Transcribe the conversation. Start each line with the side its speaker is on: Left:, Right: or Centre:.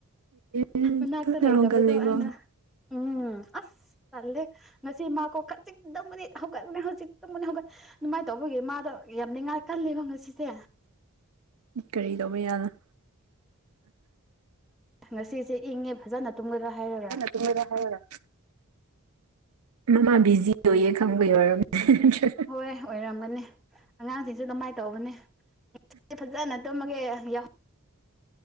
Right: ꯎꯝ
Centre: ꯃꯅꯥꯛꯇ
Right: ꯊꯨꯅ
Centre: ꯂꯩꯇꯕꯗꯣ
Right: ꯍꯧꯒꯠꯂꯦꯀꯣ
Centre: ꯑꯩꯅ ꯎꯝ ꯑꯁ ꯇꯜꯂꯦ ꯉꯁꯤ ꯃꯥꯀꯣ ꯈꯖꯤꯛ ꯇꯨꯝꯃꯅꯤ ꯍꯧꯒꯠ ꯍꯧꯖꯤꯛ ꯇꯨꯝꯃꯅꯤ ꯍꯧꯒꯠ ꯃꯥꯏꯅ ꯇꯧꯕꯒꯤ ꯃꯥꯗꯣ ꯌꯥꯝ ꯅꯤꯡꯉꯥꯏ ꯀꯜꯂꯦꯕ ꯉꯁꯤꯁꯦ
Right: ꯀꯔꯤ ꯇꯧꯕ ꯌꯥꯔꯣꯏ
Centre: ꯉꯁꯤꯁꯦ ꯏꯪꯉꯦ ꯐꯖꯅ ꯇꯨꯝꯂꯔ ꯍꯥꯏꯔꯒ
Right: ꯊꯗ ꯍꯥꯏꯒ ꯃꯃꯥ ꯕꯤꯖꯤ ꯑꯣꯏꯌꯦ ꯈꯪꯕꯩ ꯑꯣꯏꯔꯝꯅꯤ ꯅꯠꯇ꯭ꯔ
Centre: ꯍꯣꯏ ꯑꯣꯏꯔꯝꯒꯅꯤ ꯑꯉꯥꯡꯁꯤꯡꯁꯨ ꯑꯗꯨꯃꯥꯏꯅ ꯇꯧꯕꯅꯦ ꯐꯖꯅ ꯇꯨꯝꯃꯒꯦ ꯌꯥꯎ